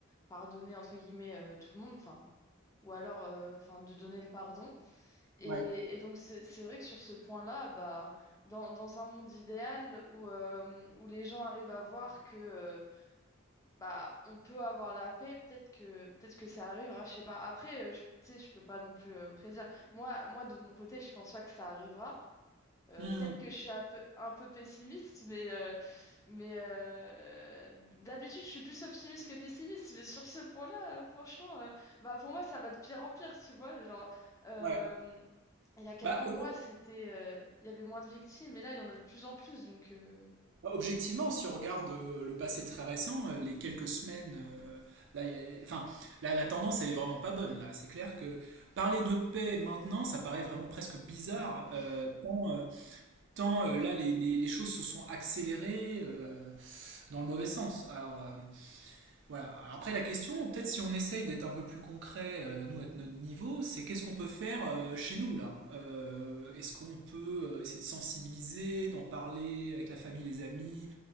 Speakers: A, on the left; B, on the right.
A: pardonner, entre guillemets, euh, tout le monde. Enfin, ou alors euh, enfin de donner le pardon. Et,
B: Ouais.
A: et donc c'est c'est vrai que sur ce point-là, bah, dans, dans un monde idéal où, euh, où les gens arrivent à voir que euh, bah, on peut avoir la paix, peut-être que, peut-être que ça arrivera, je sais pas. Après, euh, je, tu sais, je peux pas non plus euh, prédire. Moi, moi, de mon côté, je pense pas que ça arrivera. Euh,
B: Hmm,
A: peut-être que je suis un peu, un peu pessimiste, mais, euh, mais euh, d'habitude, je suis plus optimiste que pessimiste. Mais sur ce point-là, euh, franchement, euh, bah, pour moi, ça va de pire en pire, tu vois. Genre, euh,
B: ouais.
A: il y a quelques
B: Bah,
A: mois, c'était, euh, il y avait moins de victimes, et là, il y en a de plus en plus. Donc, euh,
B: Bah, objectivement, si on regarde euh, le passé très récent, euh, les quelques semaines, euh, là, il y a- enfin, là, la tendance, elle est vraiment pas bonne. Là, c'est clair que parler de paix maintenant, ça paraît vraiment presque bizarre.
A: <laughs>
B: euh, tant, euh, tant, euh, là, les, les- les choses se sont accélérées euh, dans le mauvais sens. Alors, euh, voilà. Alors Après, la question, peut-être si on essaye d'être un peu plus concret, euh, nous, à notre niveau, c'est qu'est-ce qu'on peut faire euh, chez nous, là? Euh, est-ce qu'on peut euh, essayer de sensibiliser, d'en parler avec la famille, les amis,